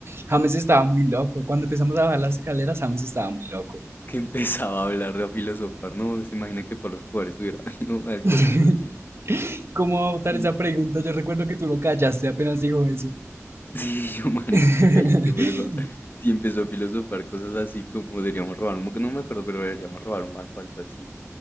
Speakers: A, on the right; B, on the left.
A: James estaba muy loco. Cuando empezamos a bajar las escaleras, James estaba muy loco.
B: Que empezaba a hablar, a filosofar, ¿no? Se imagina que Pablo Escobar estuviera <laughs> viendo
A: <laughs>
B: cosas así.
A: ¿Cómo va a votar
B: Y,
A: esa pregunta? Yo recuerdo que tú lo callaste apenas dijo eso.
B: <laughs> sí, yo, marica,
A: <laughs>
B: cállate, por favor. Sí, empezó a filosofar cosas así como deberíamos robar un banco, no me acuerdo, pero deberíamos robar un banco, algo así.